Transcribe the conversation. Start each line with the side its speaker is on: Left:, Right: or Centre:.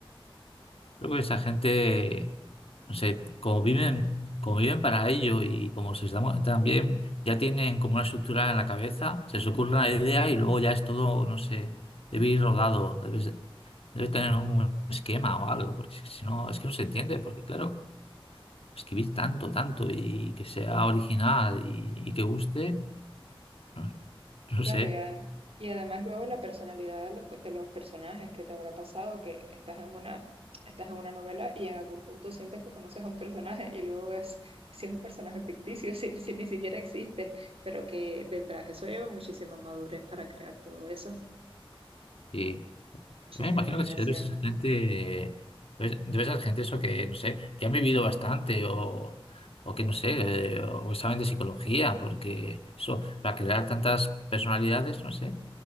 Left: Creo que esa gente, no sé, como viven, como viven para ello y como se están también ya tienen como una estructura en la cabeza, se les ocurre una idea y luego ya es todo, no sé, debe ir rodado, debe, debe tener un esquema o algo, porque si si no, es que no se entiende, porque claro. escribir tanto, tanto y que sea original y, y que guste, no, <laughs> no
Right: Claro,
Left: sé.
Right: y, adem- y además luego la personalidad de los, co- de los personajes que te habrá pasado, que estás en una, estás en una novela y en algún punto sientes que conoces a un personaje y luego es, si es un personaje ficticio, <laughs> si, si ni siquiera existe, pero que detrás eso lleva muchísima madurez para crear todo eso,
Left: Y
Right: muchísima
Left: me imagino
Right: imaginación.
Left: que debe ser gente, eh, debe debe ser gente eso que, no sé, que han vivido bastante o, o que no sé, eh, o que saben de psicología, porque eso, para crear tantas personalidades, no sé,